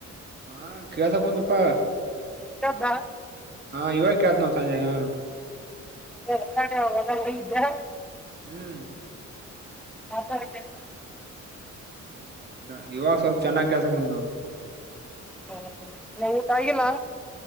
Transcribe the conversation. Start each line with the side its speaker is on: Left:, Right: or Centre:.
Right: ಹಾ ಕೆಲ್ಸಾ ಕುಂತಪ.
Centre: <unintelligible>
Right: ಹಾ ಇವಾಗ ಕೆಲ್ಸಕತ್ತ ಚಂದಗೆ.
Centre: <unintelligible> ಹೊರಗ ಇದ್ದೆ.
Right: ಹ್ಮ್.
Centre: <unintelligible>
Right: ಹ್ಮ್ ಇಲ್ಲ ಇವಾಗ ಸ್ವಲ್ಪ ಚೆನ್ನಾಗ ಕೆಲ್ಸಕುಂತ ನೋಡ.
Centre: ಇನ್ನ ಊಟ ಆಗಿಲ್ಲಾ.